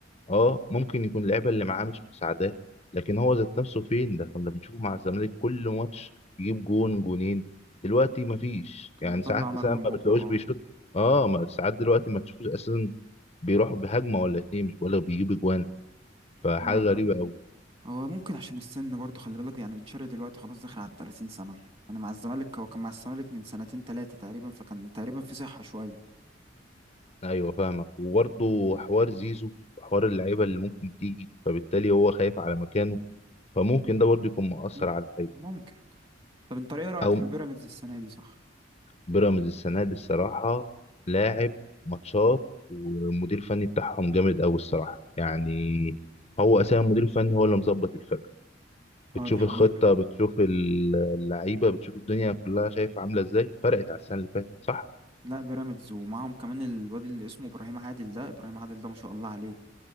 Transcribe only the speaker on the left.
اه ممكن يكون اللعيبه اللي معاه مش مساعداه لكن هو ذات نفسه فين ده كنا بنشوفه مع الزمالك كل ماتش يجيب جون جونين دلوقتي ما فيش
يعني
ساعات
ساعات
ما
بتلاقوش
بيشوط اه ما ساعات دلوقتي ما تشوفوش اساسا بيروحوا بهجمه ولا اتنين مش بقول لك بيجيب اجوان فحاجة
غريبة
أوي
أيوه فاهمك وبرضه حوار زيزو وحوار اللعيبة اللي ممكن تيجي فبالتالي هو خايف على مكانه فممكن ده برضه يكون مؤثر
على اللعيبة
أو
بيراميدز السنة دي الصراحة لاعب ماتشات والمدير الفني بتاعهم جامد أوي الصراحة يعني هو أساسا المدير الفني هو اللي مظبط الفرقة بتشوف
الخطة بتشوف ال- اللعيبة بتشوف الدنيا كلها شايف عاملة إزاي فرقت على السنة اللي فاتت صح؟